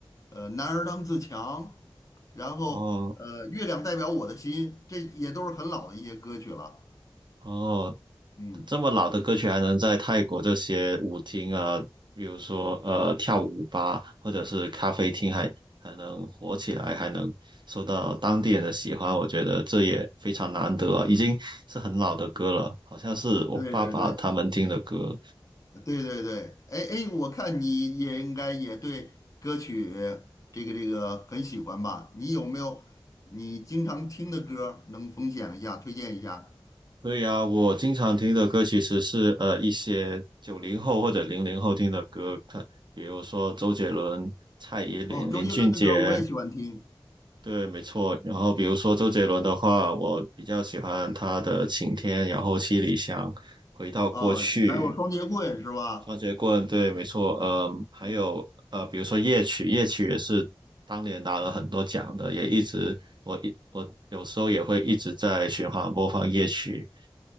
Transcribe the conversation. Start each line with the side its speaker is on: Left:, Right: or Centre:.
Left: 呃“男儿当自强”，然后呃“月亮代表我的心”，
Right: 哦
Left: 这也都是很老的一些歌曲了。
Right: 哦，
Left: 嗯，
Right: 这么老的歌曲还能在泰国这些舞厅啊，比如说呃跳舞吧，或者是咖啡厅还，还能火起来，还能受到当地人的喜欢，我觉得这也非常难得啊已经是很老的歌了，好像是我爸爸他们听的歌。
Left: 对对对对对对，哎哎，我看你也应该也对歌曲这个这个很喜欢吧？你有没有你经常听的歌儿能分享一下、推荐一下？
Right: 所以啊，我经常听的歌其实是呃一些九零后或者零零后听的歌，看比如说周杰伦、蔡依林、
Left: 哦，周杰伦的歌儿我也喜欢听。
Right: 林俊杰，对，没错。然后比如说周杰伦的话，我比较喜欢他的《晴天》，然后《七里香》，回到过去，
Left: 哦，还有双节棍是吧？
Right: 双截棍，对，没错。嗯，还有呃，
Left: 嗯
Right: 比如说夜曲，夜曲也是当年拿了很多奖的，也一直我一我有时候也会一直在循环播放夜曲。